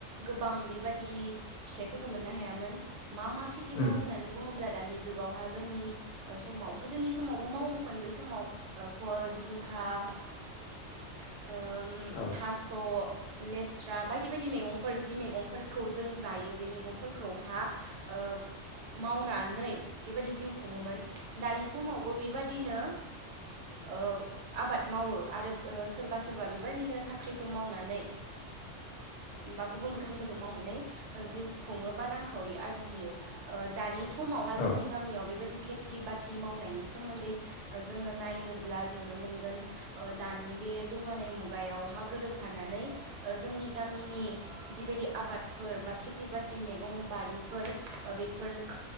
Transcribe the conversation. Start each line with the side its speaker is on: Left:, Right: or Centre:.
Right: गोबां गोबां बेबादि फिथायफोरखौ मोननो हायामोन मा मा खेथि
Left: उम
Right: मावो होननानै बुडोब्ला दानि जुगावहाय जोंनि समाव गोदोनि समावबो मावोमोन बै समाव फल जिंखा था <inaudible> ओम
Left: औ
Right: थास' लेस्रा बायदि बायदि मैगंफोर जि मैगंफोरखौ जों जायो बे मैगंफोरखौहा ओ मावनानै बिबायदि जिउ खुङोमोन दानि समावबो बेबादिनो ओ आबाद मावो आरो ओ सोरबा सोरबा बेबदिनो साख्रिफोर मावनानै होमबा गुबुन खामानिफोरखौ मावनानै जिउ खुङो बा रांखावरि आरजियो ओ दानि समावहा
Left: औ
Right: जोंनि गामियाव बेबायदि खेथि बाथि मावनायनि सोमोन्दै जोङो नायोब्ला नुनो मोनगोन ओ दानि बे जौगानाय मुगायाव हा गोरोबफानानै जोंनि गामिनि जिबायदि आबादफोर बा खिथि बाथि मैगं बारिफोर बेफोरख